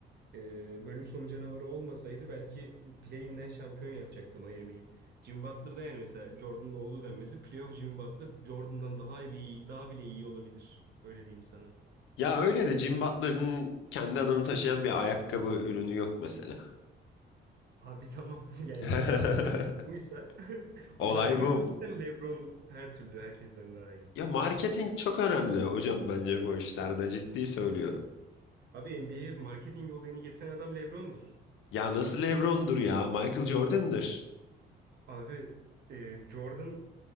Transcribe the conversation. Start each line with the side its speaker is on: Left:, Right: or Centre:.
Right: e, bölüm sonu canavarı olmasaydı belki play-in'den şampiyon yapacaktı Miami'yi. Jimmy Butler da yani mesela Jordan'ın oğlu denmesi playoff Jimmy Butler Jordan'dan daha iyi, daha bile iyi olabilir. Öyle diyeyim sana.
Left: Ya öyle de Jim Butler'ın kendi adını taşıyan bir ayakkabı ürünü yok mesela.
Right: Abi tamam <laughs> yani
Left: <laughs>
Right: olay buysa <laughs>
Left: Olay
Right: olay buysa
Left: bu.
Right: zaten LeBron her türlü herkesten daha iyi.
Left: Ya marketing çok önemli hocam bence bu işlerde ciddi söylüyorum.
Right: Abi NBA'ye marketing olayını getiren adam LeBron'dur.
Left: Ya nasıl LeBron'dur ya Michael Jordan'dır.
Right: Abi e, Jordan